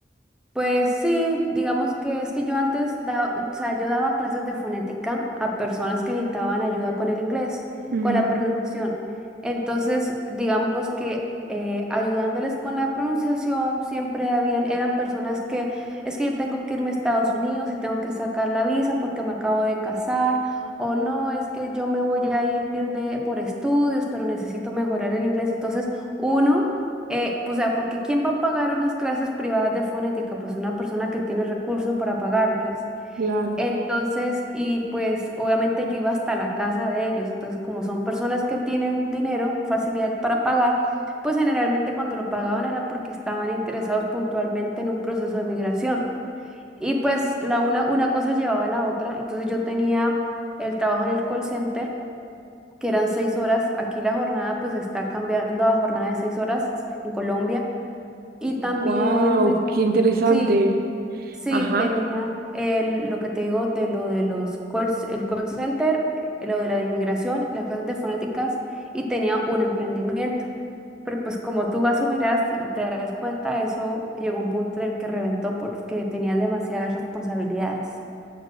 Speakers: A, in the centre; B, on the right.
A: Pues sí, digamos que es que yo antes, da- o sea, yo daba clases de fonética a personas que necesitaban ayuda con el inglés,
B: Mm,
A: con la pronunciación. Entonces, digamos que eh, ayudándoles con la pronunciación, siempre habían, eran personas que, es que yo tengo que irme a Estados Unidos y tengo que sacar la visa porque me acabo de casar, o no, es que yo me voy a ir de, por estudios, pero necesito mejorar el inglés. Entonces, uno eh, o sea, porque ¿quién va a pagar unas clases privadas de fonética? Pues una persona que tiene recursos para pagarlas.
B: claro.
A: Entonces, y pues obviamente yo iba hasta la casa de ellos. Entonces, como son personas que tienen dinero, facilidad para pagar, pues generalmente cuando lo pagaban era porque estaban interesados puntualmente en un proceso de migración. Y pues la una, una cosa llevaba a la otra. Entonces yo tenía el trabajo en el call center, que eran seis horas. Aquí la jornada pues está cambiando a jornada de seis horas en Colombia. Y también,
B: Wow,
A: me-
B: qué interesante.
A: sí, sí,
B: Ajá.
A: tenía el, lo que te digo de lo de los call, el call center, eh, lo de la inmigración, las clases de fonéticas y tenía un emprendimiento. Pero pues como tú asumirás y te darás cuenta, eso llegó a un punto en el que reventó porque tenía demasiadas responsabilidades.